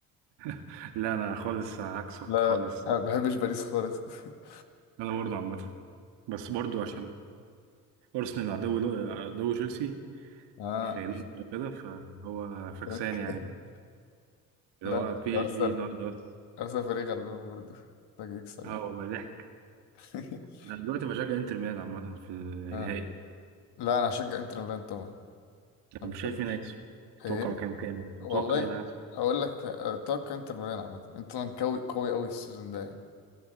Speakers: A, on the right (about 65°); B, on the left (about 55°).
A: <laughs> لا انا خالص عكسك
B: لا
A: خالص
B: لا ما بحبش باريس خالص <laughs>
A: انا برضو عامه بس برضو عشان ارسنال عدو لو- عدو تشيلسي
B: اه
A: في لندن كده فهو فكسان
B: <laughs>
A: يعني اللي
B: لا
A: هو بي
B: ارسنال
A: اس جي النهارده بس
B: ارسنال فريق غلبان برضه محتاج يكسب
A: اه
B: يعني
A: والله ضحك
B: <laughs>
A: انا دلوقتي بشجع انتر ميلان عامه في النهائي
B: آه. لا انا هشجع انتر ميلان طبعا
A: طب
B: انا ما
A: شايف
B: بحبش
A: مين هيكسب
B: ايه
A: تتوقع كام كام تتوقع
B: والله
A: ايه اللي هيحصل
B: اقول لك اتوقع انتر ميلان عامه انتر ميلان قوي قوي قوي السيزون ده يعني